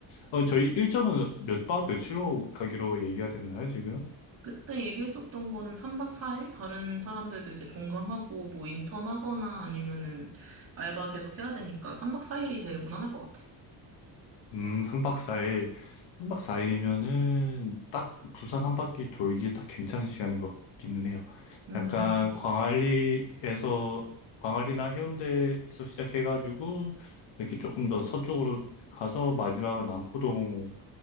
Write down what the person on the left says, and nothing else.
어, 저희 일정은 몇 박 며칠로 가기로 얘기가 됐나요, 지금?
음, 3박 4일. 삼박사일이면은 딱 부산 한 바퀴 돌기에 딱 괜찮은 시간인 것 같기는 해요.
약간 광안리에서, 광안리나 해운대에서 시작해가지고, 이렇게 조금 더 서쪽으로 가서 마지막은 남포동